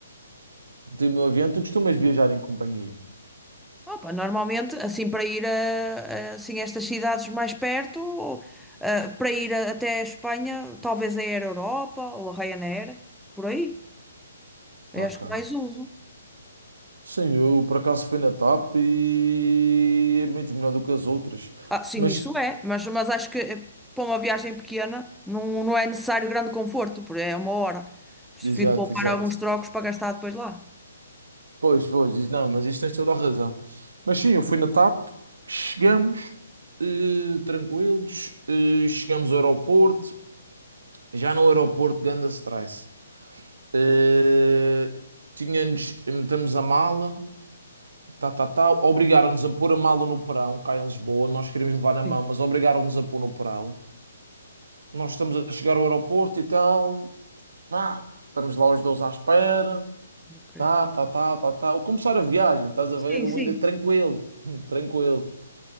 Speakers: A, on the right; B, in the centre.
A: meti-me no avião, tu costumas viajar em companhia,
B: Opa, normalmente, assim, para ir a, a, assim, estas cidades mais perto, ou, ah, para ir a- até a Espanha, talvez é a Air Europa ou a Ryanair, por aí. Eu
A: ok.
B: acho que mais uso.
A: Sim, eu por acaso fui na TAP e é muito melhor do que as outras.
B: Ah, sim,
A: Mas,
B: isso é, mas, mas acho que eh, para uma viagem pequena não, não é necessário grande conforto, porque é uma hora. Prefiro
A: exato,
B: poupar
A: exato.
B: alguns trocos para gastar depois lá.
A: Pois, pois, diz- não, mas isto tens toda a razão. Mas sim, eu fui na TAP, chegamos, eh, tranquilos, eh, chegamos ao aeroporto, já no aeroporto, ganda stress. Eh, tínhamos, metemos a mala, tá, tá, tá, obrigaram-nos a pôr a mala no porão, cá em Lisboa, nós queríamos levar na
B: Sim.
A: mão, mas obrigaram-nos a pôr no porão. Nós estamos a chegar ao aeroporto e tal. Pá, estamos lá os dois à espera.
B: Ok.
A: Tá, tá, tá, tá, tá. Ao começar a viagem, estás a
B: Sim,
A: ver? Eu
B: sim.
A: ainda tranquilo, <laughs> tranquilo.